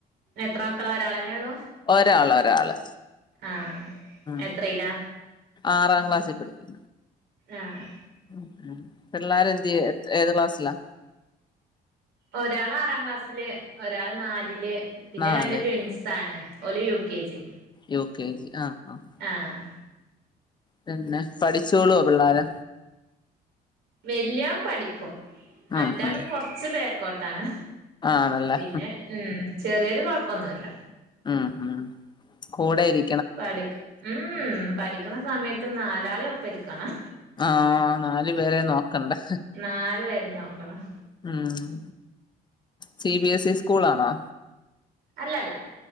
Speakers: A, on the right (about 80°); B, on the left (about 25°).
A: എത്ര മക്കള ഒരാളന്നെ ഉള്ളൂ
B: ഒരാൾ ഒരാള്
A: ആഹ്
B: ഉം
A: എത്രയിലാ
B: ആറാം ക്ലാസിൽ പഠിക്കും
A: ആഹ്
B: ഉം പിള്ളേരെ യെന്തിയെ ഏത് ക്ലാസ്സിലാ
A: ഒരാള് ആറാം ക്ലാസ്സില് ഒരാള് നാലില് പിന്നെ
B: നാലില്
A: രണ്ട് ട്യുൻസ് ആണ് ഓല് യു കെ ജി
B: യ കെ ജി ആഹ് ആഹ്
A: ആഹ്
B: പിന്നെ പഠിച്ചോളൂ പിള്ളോര്
A: വല്യാൻ പഠിക്കും മറ്റാള്
B: ഉം ഉം
A: കൊറച്ച് ബേക്കോട്ടാണ്
B: ആണല്ലേ
A: പിന്നെ ഉം ചെറിയോര് കുഴപ്പൊന്നുല്ല
B: ഉം ഉം കൂടെയിരി
A: പഠി ഉം പഠിക്കണ സമയത്ത് നാലാളി ഒപ്പ ഇരിക്കണം
B: ആഹ് നാലു പേരെ നോക്കണ്ടേ
A: നാലു പേരിം നോക്കണം
B: ഉം സി ബിഎസ് ഇ സ്കൂളാണോ
A: അല്ല അല്ല